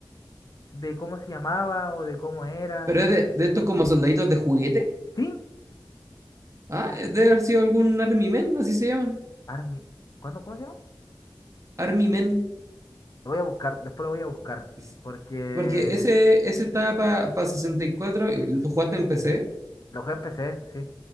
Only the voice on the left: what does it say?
de cómo se llamaba o de cómo era.
¿Sí?
Army, ¿cuándo, cómo se llama?
Lo voy a buscar, después lo voy a buscar,
porque
lo jugué en PC, sí,